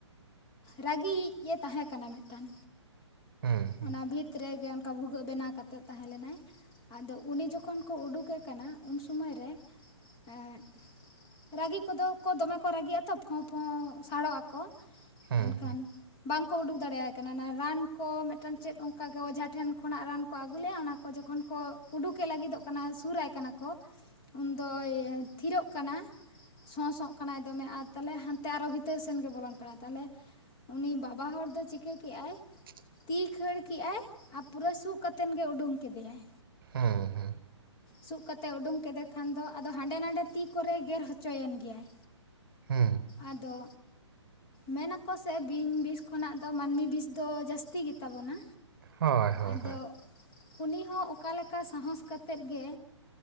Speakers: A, on the left (about 25°); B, on the right (about 45°).
A: ᱨᱟᱹᱜᱤᱭᱤᱡ ᱮ ᱛᱟᱦᱮᱸ ᱠᱟᱱᱟ ᱢᱤᱫᱴᱟᱝ᱾
B: ᱦᱩᱸ᱾ ᱦᱩᱸ
A: ᱚᱱᱟ ᱵᱷᱤᱛ ᱨᱮᱜᱮ ᱚᱱᱠᱟ ᱵᱷᱩᱜᱟᱹᱜ ᱵᱮᱱᱟᱣ ᱠᱟᱛᱮᱫ ᱛᱟᱦᱮᱸ ᱞᱮᱱᱟᱭ᱾ ᱟᱫᱚ ᱩᱱᱤ ᱡᱚᱠᱷᱚᱱ ᱠᱚ ᱩᱰᱩᱠᱮ ᱠᱟᱱᱟ ᱩᱱ ᱥᱩᱢᱟᱹᱭᱨᱮ ᱮᱫ ᱨᱟᱹᱜᱤ ᱠᱚᱫᱚ ᱠᱚ ᱫᱚᱢᱮ ᱠᱚ ᱨᱟᱹᱜᱤᱜ-ᱟ ᱛᱚ ᱯᱷᱚᱸ ᱯᱷᱚᱸ ᱥᱟᱲᱚᱜ-ᱟ ᱠᱚ᱾
B: ᱦᱩᱸ
A: ᱮᱱᱠᱷᱟᱱ
B: ᱦᱩᱸ
A: ᱵᱟᱝᱠᱚ ᱩᱰᱩᱠ ᱫᱟᱲᱮᱭᱟᱜ ᱠᱟᱱᱟ ᱚᱱᱟ ᱨᱟᱱ ᱠᱚ ᱴᱟᱱ ᱪᱮᱫ ᱚᱱᱠᱟ ᱜᱮ ᱚᱡᱷᱟ ᱴᱷᱮᱱ ᱠᱷᱚᱱᱟᱜ ᱨᱟᱱ ᱠᱚ ᱟᱹᱜᱩ ᱞᱮᱜ-ᱟ ᱚᱱᱟ ᱠᱚ ᱡᱚᱠᱷᱚᱱ ᱠᱚ ᱩᱰᱩᱠᱮ ᱞᱟᱹᱜᱤᱫᱚᱜ ᱠᱟᱱᱟ ᱥᱩᱨᱟᱭ ᱠᱟᱱᱟ ᱠᱚ ᱩᱱᱫᱚᱭ ᱛᱷᱤᱨᱚᱜ ᱠᱟᱱᱟ᱾ ᱥᱚᱸ ᱥᱚᱜ ᱠᱟᱱᱟᱭ ᱫᱚᱢᱮ ᱟᱨ ᱛᱟᱦᱞᱮ ᱦᱟᱱᱛᱮ ᱟᱨᱚ ᱵᱷᱤᱛᱟᱹᱨ ᱥᱮᱱ ᱜᱮ ᱵᱚᱞᱚᱱ ᱠᱟᱱᱟᱭ ᱛᱟᱦᱚᱞᱮ ᱩᱱᱤ ᱵᱟᱵᱟ ᱦᱚᱲ ᱫᱚ ᱪᱤᱠᱟᱹ ᱠᱮᱜ-ᱟᱭ
B: <inaudible>
A: ᱛᱤ ᱠᱷᱟᱹᱲ ᱠᱮᱜᱟᱭ ᱟᱨ ᱯᱩᱨᱟᱹ ᱥᱩᱜ ᱠᱟᱛᱮᱱ ᱜᱮ ᱩᱰᱩᱝ ᱠᱮᱫᱮᱭᱟᱭ᱾
B: ᱦᱩᱸ ᱦᱩᱸ᱾
A: ᱥᱩᱜ ᱠᱟᱛᱮ ᱩᱰᱩᱝ ᱠᱮᱫᱮ ᱠᱷᱟᱱ ᱫᱚ ᱟᱫᱚ ᱦᱟᱸᱰᱮ ᱱᱟᱰᱮ ᱛᱤ ᱠᱚᱨᱮᱭ ᱜᱮᱨ ᱦᱚᱪᱚᱭᱮᱱ ᱜᱮᱭᱟᱭ᱾
B: ᱦᱩᱸ᱾
A: ᱟᱫᱚ ᱢᱮᱱᱟᱠᱚ ᱥᱮ ᱵᱤᱧ ᱵᱤᱥ ᱠᱷᱚᱱᱟᱜ ᱫᱚ ᱢᱟᱹᱱᱢᱤ ᱵᱤᱥ ᱫᱚ ᱡᱟᱹᱥ ᱛᱤ ᱜᱮᱛᱟ ᱵᱚᱱᱟ
B: ᱦᱳᱭ ᱦᱳᱭ
A: ᱟᱫᱚ
B: ᱦᱳᱭ
A: ᱩᱱᱤ ᱦᱚᱸ ᱚᱠᱟ ᱞᱮᱠᱟ ᱥᱟᱦᱚᱥ ᱠᱟᱛᱮᱫ ᱜᱮ